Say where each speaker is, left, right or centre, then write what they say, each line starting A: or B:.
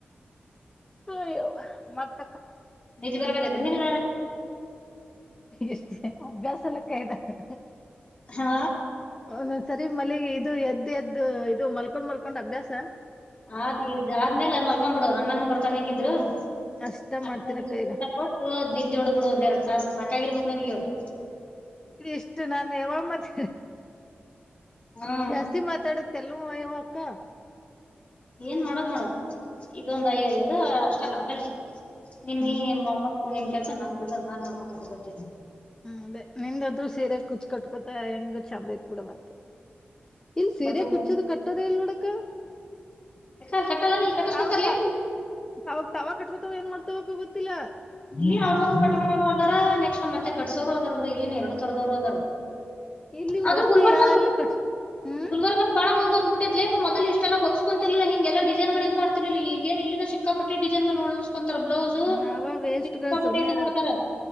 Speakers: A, on the left; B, on the left.
A: ಅಯ್ಯೋ ಮತ್ತ
B: ನಿಜಿ ಬರಗದಐತೆ ನಿನ್
A: ಎಷ್ಟೇ ಅಭ್ಯಾಸ ಲೆಕ್ಕ ಇದದೆ
B: ಹಾ
A: ಒಂದೊಂದ್ಸರಿ ಮಲ್ಲಿಗೆ ಇದು ಎದ್ ಎದ್ದ ಇದು ಮಲ್ಕೊಂಡ್ ಮಲ್ಕೊಂಡ್ ಅಭ್ಯಾಸ
B: ಆತ ಆದ್ಮೇಲೆ ಮಲ್ಕೊ್ ಬಿಡು ಅಣ್ಣನ ಬರ್ತಾನ ಹೆಂಗಿದ್ರು ಹಾಯ್
A: ಅಷ್ಟ
B: ಅನ್ನನು
A: ಮಾಡ್ತೀನಕ್ಕ
B: ಬರ್ತಾನೆ ಹೆಂಗಿದ್ರು ಅ ಎಷ್ಟು
A: ಈಗ
B: ಊಟ ಕೊಟ್ಟು ನಿದ್ದೆ ಹುಡ್ಗೂಡು ಒಂದ್ೆರಡು ಸಾಾಸ <unintelligible> ನಿನಗೆ ಅವರು ಸಾಕಾಗಿರಬೇಕು ನಿನಗೆ ನನ್ಗೆ ಅವರು
A: ಇಷ್ಟು ನಾನು ಯವಮ್ಮತ
B: ಹ್ಮ್
A: ಜಾಸ್ತಿ ಮಾತಾಡತ್ತೆಲ್ವ ಯವ ಅಕ್ಕ
B: ಏನ್ ಮಾಡದ ಮಾಡದು ಇದೊಂದ್ ಐಐದು ಅಷ್ಟ ಆಮೇಲೆ
A: ಹ್ಮ್
B: ನಿಮ ಮಾಡ್ಕೊಂಡ ನಿನ್ ಕೆಲ್ಸ ನನ್ ಕೆಲ್ಸ ನಾನ್ ಮಾಡ್ಕೊ ಗೊತ್ತೇ ನೀ
A: ಹ ಅದೇ ನಿಂದಾದ್ರು ಸೀರೆ ಕುಚ್ ಕಟ್ಕೊತ ಹೆಂಗ ಚಂದ ಐತ್ ಬಿಡ ಬತು ಇಲ್ಲಿ ಸೀರಯ
B: ಬಟ್ಟೆ
A: ಕುಚ್ಚದು ಕಟ್ಟದೇ ಇಲ್ಲೋಡಕ್ಕ
B: ಯಾಕ ಅಲ್ ಕಟ್ಟಲ್ಲನ ಇಲ್ಲಿ ಕಟ್ಟಸ್ಕೊಂತಾರಲೇ
A: ತಾವಾಗ ತ ತಾವಾಗ ತಾವ ಕಟ್ಕೊತಾವ ಏನ್ ಮಾಡ್ತವಕ್ ಗೊತ್ತಿಲ್ಲ
B: ಇಲ್ಲಿ ಅವ್ರದವರು ಕಕೋರುದ ನೆಕ್ಸ್ಟ್ ಮತ್ತೆ ಕಟ್ಸೋ್ರು ಅದಾರ ಕೂಡ ಇಲ್ಲಿ ಎರಡು ತರದವ್ರು ಅದಾರ
A: ಇಲ್ಲಿ
B: ಆದ್ರೂ
A: ಒಟ್ಟ
B: ಗುಲ್ಬರ್ಗನು
A: ಯಾರಲ್ಲಿ ಕಟ್ ಹ್ಮ್
B: ಗುಲ್ಬರ್ಗನ ಬಾಳ ಮುಂದ ಬಿಿತ್ಲ ಮದಲ್ ಇಷ್ಟ ಎಲ್ಲೋಸ್ಕೊಂತರ್ಲಿಲ್ಲ ಹಿಗೆಲ್ಲ ಡಿಸೈನ್ ಇದು ಮಾಡ್ತಿರ್ಿಲ್ಲ ಈ ಏ ಇ ಸಿಕ್ಕಪಟ್ಟ ಿಸೈ ಗಳು ಕೊಂಂತರ ಬ್ಲೌಸು
A: ನಾವ ವೇಸ್ಟ್ ಗಳು
B: ಪಪಟಿ
A: ಸುಮ್ನೆ
B: ಇದು
A: ಇರಕ್
B: ಮಾಡ್ತಾರ